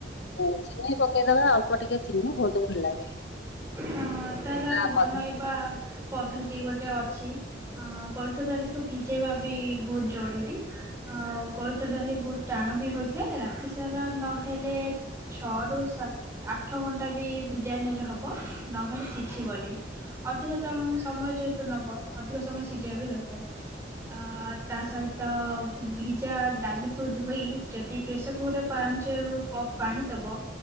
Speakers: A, on the left (about 80°); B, on the right (about 15°).
A: ଡାଲଚିନି ପକେଇଦବା ଅଳ୍ପ ଟିକେ ଚିନି ବହୁତ ଭଲ ଲାଗେ।
B: ହଁ ତାରା
A: ନା
B: ବନେଇବା
A: ପଦ
B: ପଦ୍ଧ ତି ଗୋଟେ ଅଛି ଆ କୋଳଥ ଡାଲିକୁ ଭିଜେଇବା ବି ବହୁତ ଜରୁରୀ ଆଉ କୋଳଥ ଡାଲି ବହୁତ ଟାଣ ବି ହୋଇଥାଏ ରାତି ସାରା ନହେଲେ ଛଅରୁୁ ସାତ ଆଠ ଘଣ୍ଟା ବି ଭିଜାଇ ନେଲେ ହେବ ନହେଲେ ସିଝ ଶିବନି ଅଧିକ ଦମ ସମୟ ଯେହେତୁ ନବ ଅଧିକ ସମୟ ସିଝବା ବି ଦରକାର ଆ ତା ସହିତଭି ଭିଜା ଡାଲିକୁ ଧୋଇ ଯଦି ପ୍ରେସର କୁକର ପାଞ୍ଚ ରୁ କପ୍ ପାଣି ଦେବ